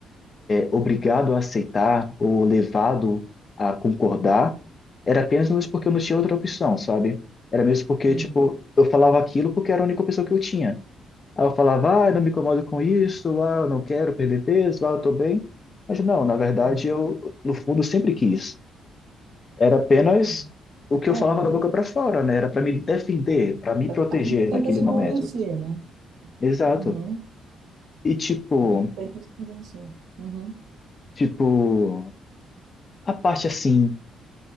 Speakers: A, on the left; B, on the right.
A: obrigado a aceitar ou levado a concordar, era apenas mesmo porque eu não tinha outra opção, sabe? Era mesmo porque,
B: Sim.
A: tipo, eu falava aquilo porque era a única opção que eu tinha. Aí eu falava, ah, eu não me incomodo com isso, ah, eu não quero perder peso, ah, eu tô bem. Mas não, na verdade,
B: Sim.
A: eu, no fundo, sempre quis. Era apenas
B: Sim.
A: o que
B: É.
A: eu falava da boca para fora, né? Era para me defender,
B: É.
A: para me proteger
B: A gente tenta
A: naquele
B: se
A: momento.
B: convencer, né?
A: Exato.
B: Uhum.
A: E, tipo,
B: A gente tenta se convencer. Uhum.
A: tipo, a parte assim